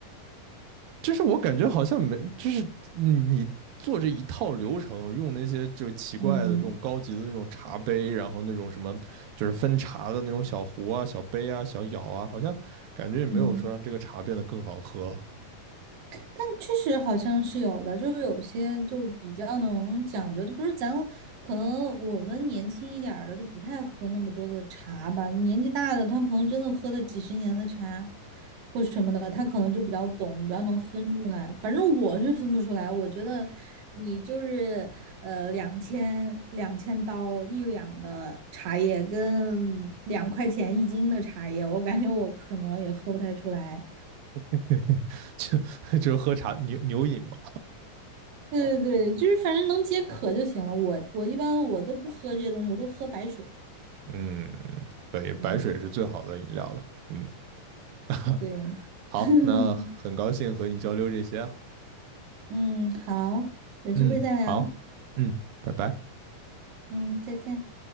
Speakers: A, on the right; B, on the right.
A: 就是我感觉好像没，就是嗯你做这一套流程，用那些就奇怪的这种高级的那种茶杯，
B: 嗯
A: 然后那种什么就是分茶的那种小壶啊、小杯啊、小舀啊，好像感觉也没有说让这个茶变得更好喝，
B: 嗯，但确实好像是有的，就是有些就是比较能讲究，就不是咱可能我们年轻一点儿的就不太喝那么多的茶吧，年纪大的他可能真的喝了几十年的茶或什么的，他可能就比较懂，比较能分出来。反正我是分不出来，我觉得你就是呃两千两千刀一两的茶叶跟两块钱一斤的茶叶，我感觉我可能也喝不太出来。
A: <laughs> 就就是喝茶牛牛饮嘛，
B: 对对对，就是反正能解渴就行了。我我一般我都不喝这些东西，我都喝白水。
A: <laughs> 嗯，可以，
B: 嗯，
A: 白水是最好的饮料了，嗯，<laughs>
B: 对，
A: 好，
B: <laughs>
A: 那很高兴和你交流这些啊，
B: 嗯，好，有机会再聊。
A: 嗯，好，嗯，拜拜。
B: 嗯，再见。